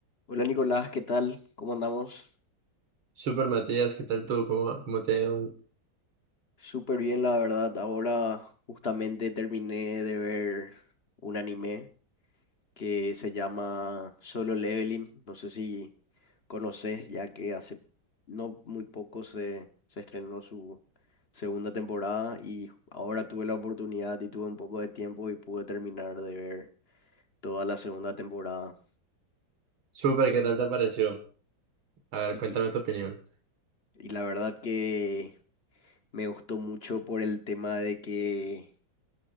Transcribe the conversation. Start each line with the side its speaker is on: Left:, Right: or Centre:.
Left: Hola Nicolás, ¿qué tal? ¿Cómo andamos?
Right: Super Matías, ¿qué tal tú? ¿Cómo, cómo te ha ido hoy?
Left: Súper bien, la verdad. Ahora justamente terminé de ver un anime que se llama Solo Leveling. No sé si conoces, ya que hace no muy poco se, se estrenó su segunda temporada y ahora tuve la oportunidad y tuve un poco de tiempo y pude terminar de ver toda la segunda temporada.
Right: Super, ¿qué tal te pareció? A ver,
Left: Y,
Right: cuéntame tu opinión.
Left: y la verdad que me gustó mucho por el tema de que